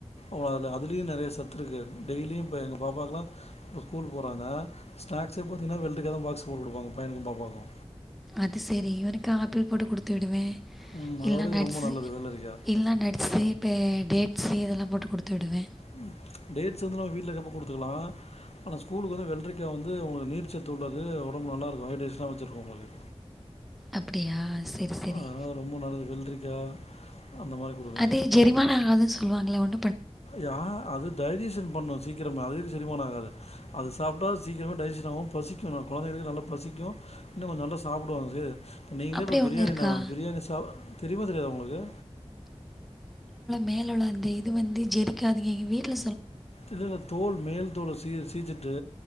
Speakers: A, on the left; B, in the centre.
A: அவ் அதுல்யே நெறைய சத்துருக்கு டெய்லியூ இப்ப எங்க பாப்பாக்லா இப்போ ஸ்கூல் போறாங்க ஸ்நாக்ஸே பாத்திங்னா வெள்ரிக்கா தா பாக்ஸ் போட்டு குடுப்பாங்க பையனுக்கூ பாப்பாக்கூ
B: அது செரி இவனுக்கு ஆப்பிள் போட்டு குடுத்து விடுவே
A: ம் அதோட
B: இல்ல
A: இது
B: நட்ஸு
A: ரொம்ப நல்லது வெள்ளரிக்காய்
B: இல்லனா நட்ஸு ப்ப டேட் சி அதெல்லா போட்டு குடுத்து விடுவே
A: ம் டேட்ஸ் வந்து நம் வீட்ல இருக்கப்போ குடுத்துக்கலா ஆனா ஸ்கூலுக்கு வந்து வெள்ரிக்கா வந்து உங்களுக்கு நீர் சத்து உள்ளது ஒடம்பு நல்லா இருக்கூ ஹைட்ரேஷனா வச்சுருக்கூ உங்களுக்கு
B: அப்டியா செரி செரி
A: அதனால் ரொம்ப நல்லது வெள்ளரிக்காய் அந்த மாதிரி கொடுங்க
B: அது ஜெரிமானோ ஆகுதுன்னு சொல்லுவாங்களே ஒன்
A: யா அது டைஜெஷன் பண்ணூ சீக்கிரமா அதுதெக்கு செரிமான ஆகாது அது சாப்ட்டா சீக்கிரமா டைஜெஷனாகு பசிக்கூ நம் கொழந்தைங்களுக்கு நல்ல பசிக்கூ இன்னூ கொஞ்சோ நல்ல சாப்டுவாங்க செ நீங்களே
B: அப்படியே
A: இப்போ பிரியாணி
B: ஒன்று இருக்கா
A: நம பிரியாணி சா தெரியுமா தெரியாதா உங்களுக்கு
B: மேலுள்ள அந்த இது வந்து ஜெரிக்காதுங்க எங்க வீட்ல
A: இல்லல்ல தோல் மேல் தோல சீ சீச்சுட்டு